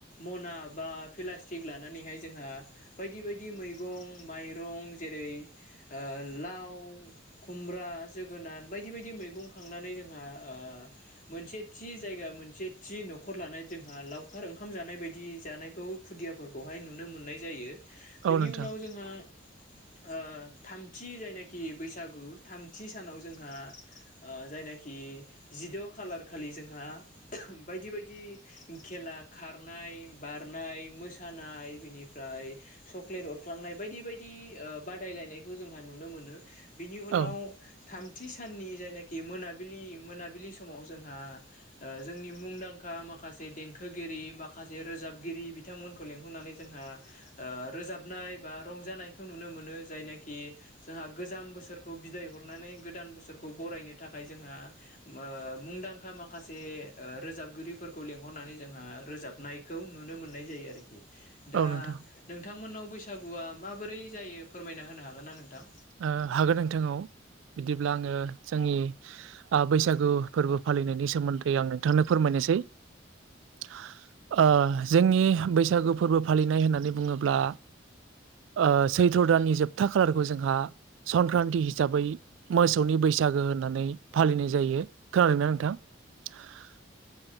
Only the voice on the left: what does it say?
मना बा पिलास्टिक लानानैहाय जोंहा बायदि बायदि मैगं माइरं जेरै ओ लाव खुमब्रा जोगोनार बायदि बायदि मै गं खांनानै जोंहा ओ मोनसे थि जायगा मोनसे थि नख'र लानानै लाव खार ओंखाम जानाय बायदि जानायखौ खुदियाफोरखौहाय नुनो मोननाय जायो।
बिनि
उनाव जोंहा <inaudible> ओ थामथि जायनाखि बैसागु थामथि सानाव जोंहा ओ जायनाखि जिद' खालारखालि जोंहा बायदि बायदि खेला खारनाय, बारनाय, मोसानाय बिनिफ्रा <unintelligible> चक्लेट अरफ्लांनाय बायदि बायदि दि ओ बादायलायनायखौ जोंहा नुनो मोनो बिनि उनाव
थाम थि साननि जायनाखि मोनाबिलि-मोनाबिलि समाव जोंहा ओ जोंनि मुंदांखा मा खासे देंखोगिरि माखासे रोजाबगिरि बिथांमोनखौ लेंहरनानै जोंहा ओ रोजाबना नायबा रंजानाय खौ नुनो मोनो जायनाखि जोंहा गोजाम बोसोरखौ बिदाय हरनानै गोदान बोसोरखौ बरायनो थाखा खाय जोंहा <unintelligible> मुंदांखा माखासे ओ रोजाबगिरिफोरखौ लिंहरनानै जोंहा रोजाब नायखौ नुनो मोननाय जायो आरोखि दा
नोंथांमोननाव बैसागुआ माबोरै जायो फोरमायना होनो हागोन ना नोंथां?